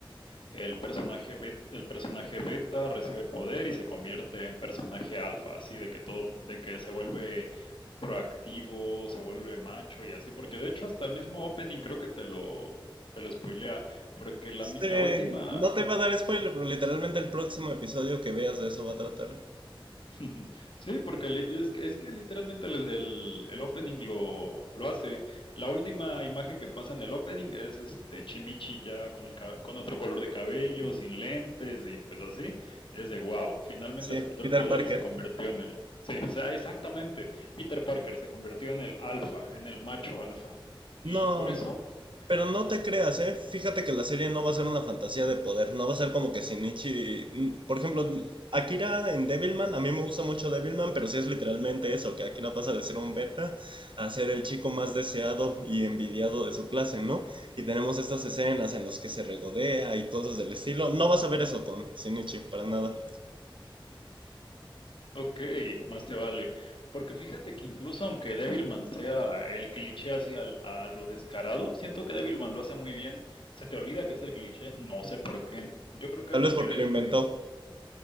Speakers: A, on the left; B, on the right.
A: El personaje beta, el personaje beta recibe poder y se convierte en personaje alfa, así de que todo, de que se vuelve proactivo, se vuelve macho y así, porque de hecho hasta el mismo opening creo que te lo, te lo spoilea, porque la,
B: Este,
A: mi- la última,
B: no te iba a dar spoiler, pero literalmente el próximo episodio que veas de eso va a tratar.
A: <laughs> sí, porque li- es que, es que literalmente el, el- el opening lo, lo hace. La última imagen que pasa en el opening es este Chimichi ya con, el, ca- con otro color de cabello, sin lentes y pues así, es de wow, finalmente
B: Sí,
A: aceptó
B: Peter
A: el poder
B: Parker.
A: y se convirtió en el, sí, o sea, exactamente, Peter Parker se convirtió en el alfa, en el macho alfa. Y
B: No,
A: por eso
B: pero no
A: Ah,
B: te creas, ¿eh? Fíjate que la serie no va a ser una fantasía de poder, no va a ser como que Shinichi... Por ejemplo, Akira en Devilman, a mí me gusta mucho Devilman, pero sí es literalmente eso, que Akira pasa de ser un beta a ser el chico más deseado y envidiado de su clase, ¿no? Y tenemos estas escenas en las que se regodea y cosas del estilo. No vas a ver eso con Shinichi, para nada.
A: Ok, más te vale. Porque fíjate que incluso aunque Devilman sea el cliché así al a lo descarado, siento que Devilman lo hace muy bien. Se te olvida que es el cliché, no sé por qué. Yo creo que
B: Tal
A: porque
B: vez porque
A: Devilman.
B: lo inventó.